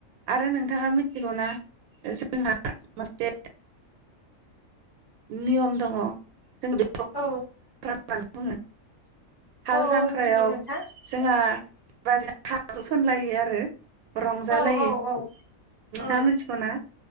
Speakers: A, on the right; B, on the left.
A: आरो नोंथाङा मिथिगौना जोंना मोनसे नियम दङ जों बे
B: औ
A: <unintelligible> हाल
B: औ
A: जांख्रायाव
B: औ मिथिगौ नोंथां
A: जोंहा बेबादिनो हाब्रु फोनलायो आरो रंजालायो
B: औ औ औ
A: नोंथाङा
B: औ
A: मिथिगौना